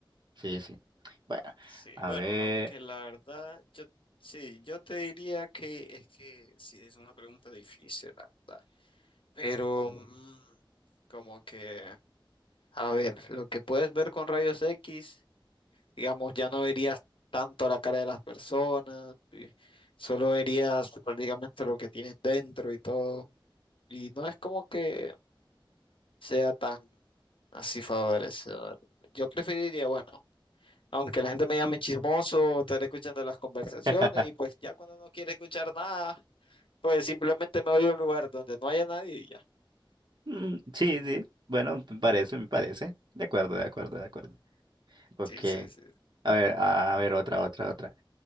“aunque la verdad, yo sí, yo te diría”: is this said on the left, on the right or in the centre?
Left